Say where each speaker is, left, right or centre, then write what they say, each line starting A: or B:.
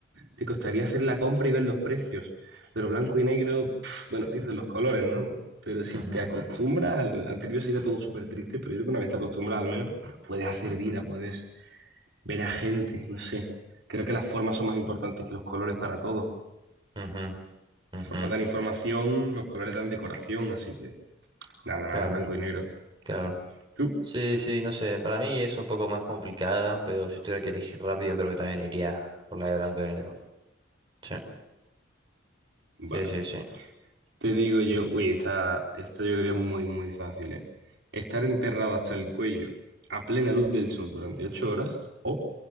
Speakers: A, on the right (about 65°); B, on the right (about 25°).
A: te costaría hacer la compra y ver los precios. Pero blanco y negro, pf, bueno, pierdes los colores, ¿no? Pero si
B: Ujú,
A: te acostumbras, al, al principio sería todo súper triste, pero yo creo que una vez te acostumbras al menos, puedes hacer vida, puedes ver a gente, no sé. Creo que las formas son más importantes que los colores para todo.
B: ujú, ujú.
A: Las formas dan información, los colores dan decoración, así que nada, nada,
B: Claro,
A: blanco y negro.
B: claro.
A: ¿Tú?
B: Sí, sí, no sé, para mí es un poco más complicada, pero si tuviera que elegir rápido creo que también iría por la de blanco y negro. Sí,
A: Vale.
B: sí, sí, sí.
A: Te digo yo, uy, esta, esta yo creo que es muy, muy fácil, ¿eh? Estar enterrado hasta el cuello a plena luz del sol durante ocho horas o